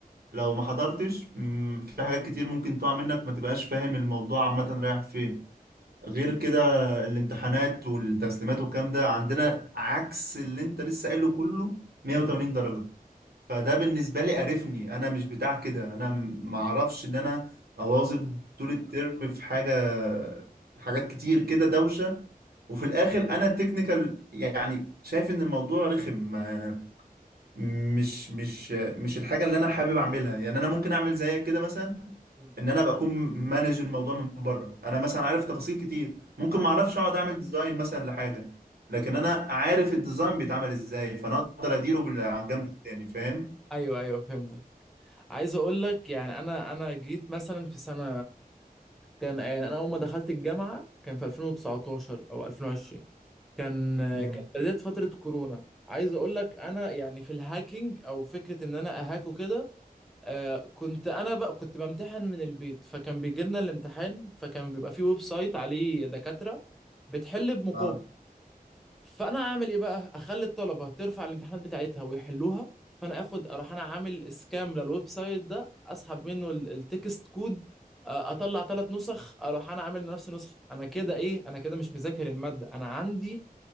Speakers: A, on the right (about 85°); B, in the centre.
A: لو ما حضرتش مم، في حاجات كتير ممكن تقع منك ما تبقاش فاهم الموضوع عامه رايح فين غير كده الامتحانات والتسليمات والكلام ده عندنا عكس اللي انت لسه قايله كله 180
B: مم.
A: درجة فده بالنسبة لي قرفني انا مش بتاع كده انا م- معرفش ان انا اواظب طول الترم في حاجة حاجات كتير كده دوشة وفي الاخر انا تكنيكال يعني شايف ان الموضوع رخم ما- مش مش مش الحاجة اللي انا حابب اعملها يعني انا ممكن اعمل زيك كده مثلا
B: مم.
A: ان انا ابقى اكون مانج الموضوع من بره انا مثلا عارف تفاصيل كتير ممكن
B: آه،
A: ما اعرفش اقعد اعمل ديزاين مثلا لحاجه لكن انا عارف الديزاين بيتعمل ازاي فانا اقدر
B: ايوه
A: اديره بال- على الجنب التاني فاهم
B: ايوه ايوه فهمتك عايز اقول لك يعني انا انا جيت مثلا في سنه كان يعني انا اول ما دخلت الجامعه كان في 2019 او 2020 كان
A: مم.
B: كانت بدايه فتره كورونا عايز اقول لك انا يعني في الهاكينج او فكره ان انا اهاك وكده آه كنت انا بقى كنت بمتحن من البيت فكان بيجي لنا الامتحان فكان بيبقى فيه ويب سايت عليه دكاترة بتحل بمقابل
A: اه
B: فانا اعمل ايه بقى اخلي الطلبة ترفع الامتحانات بتاعتها ويحلوها فانا اخد اروح انا عامل اسكام للويب سايت ده اسحب منه ال- التكست كود آه، اطلع ثلاث نسخ اروح انا عامل لنفسي نسخة انا كده ايه انا كده مش مذاكر المادة انا عندي